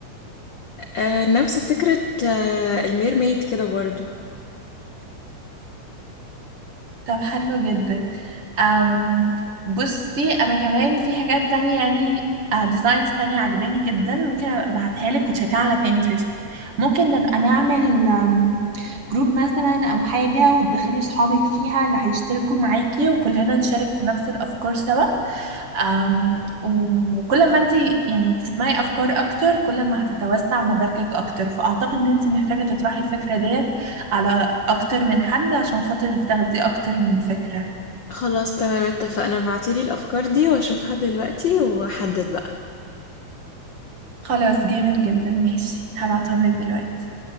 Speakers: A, on the left; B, on the right.
A: آه نفس فكره آه الميرميد كده برضو
B: طب حلو جدا أم بصي انا كمان في حاجات تانية يعني ديزاينز تانية عجباني جدا ممكن أبقى ابعتها لك وتشوفيها على بينترست ممكن نبقى نعمل جروب مثلا او حاجة وتدخلي صحابك فيها اللي هيشتركوا معاكي وكلنا نشارك في نفس الافكار سوا أم، وكل ما انت يعني تسمعي افكار اكتر كل ما هتتوسع مداركك اكتر فاعتقد ان انت محتاجة تطرحي الفكرة ديت على اكتر من حد عشان خاطر تاخدي اكتر من فكرة
A: خلاص تمام اتفقنا ابعتيلي الافكار دي واشوفها دلوقتي واحدد بقى
B: خلاص جامد جدا ماشي هبعتهم لك دلوقتي